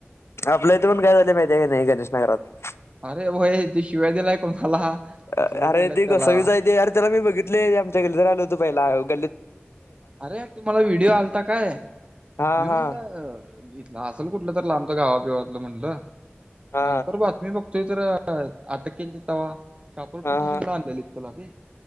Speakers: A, on the left; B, on the right.
A: आपल्या इथे पण काय झालं माहिती आहे का नाही गणेश नगरात?
B: अरे.. व्हय ते शिव्या दिलय.. कोणाला?
A: अरे
B: उचलून नेल्यात
A: ते
B: त्याला
A: कसावीचय ते, अरे.. त्याला मी बघितले आमच्याकडे ज आल होतो पहिला आयोग
B: अरे.. तुम्हाला व्हिडिओ आलता काय?
A: हा
B: मी म्हणलं.
A: हा
B: इथ असेल कुठलं तर लांबच गावा बिवातलं म्हटलं,
A: हा
B: नंतर ब मी बघतोय तर आटक केलतं तवा, शापोर पुलीस
A: हा
B: स्टेशनला
A: हा
B: आनलेलीत तुला मी.